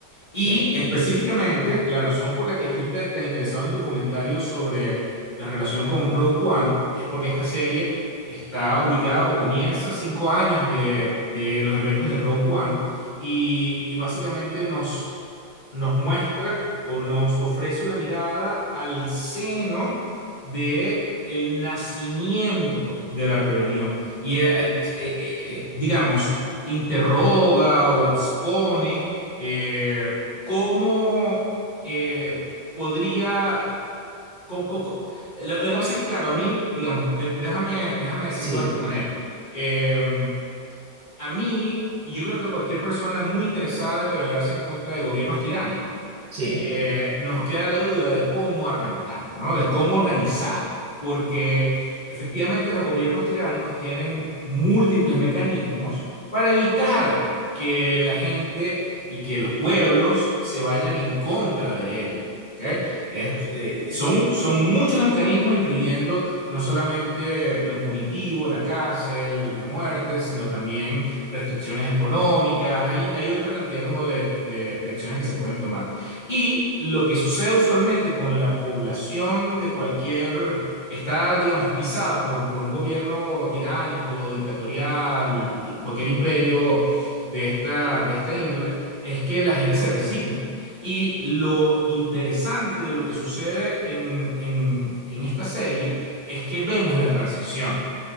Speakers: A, on the left; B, on the right.
A: Y
B: sí,
A: específicamente, la razón por la que estoy inte- tan interesado en tu comentario sobre la relación con Rogue One es porque esta serie está ubicada o comienza cinco años de, de los eventos de Rogue One y, y básicamente nos, nos muestra o nos ofrece una mirada al seno de el nacimiento de la rebelión y eh, eh, eh, eh, digamos interroga o expone eh, ¿Cómo eh, podría... cómo- cómo- lo, lo que pasa es que, claro, a mí, digamos, de- déjame, déjame decirlo
B: sí,
A: de esta manera. Em, a mí, yo creo que a cualquier persona muy interesada en rebelarse en contra de gobiernos tiránicos,
B: sí,
A: eh, nos queda la duda de cómo arrancar, ¿no? De cómo organizar, porque efectivamente los gobiernos tiránicos tienen múltiples mecanismos para evitar que la gente y que los pueblos se vayan en contra de él. ¿ok? Es- eh, son, son muchos los mecanismos, incluyendo no solamente lo punitivo, la cárcel, la muerte, sino también restricciones económicas, hay, hay otra cantidad como de, de- de acciones que se pueden tomar. Y lo que sucede usualmente con la población de cualquier que está, digamos, pisada por, por un gobierno tiránico, dictatorial, y cualquier imperio de esta, de esta índole, es que la gente se resigna. Y lo interesante de lo que sucede en, en en esta serie es que vemos la transición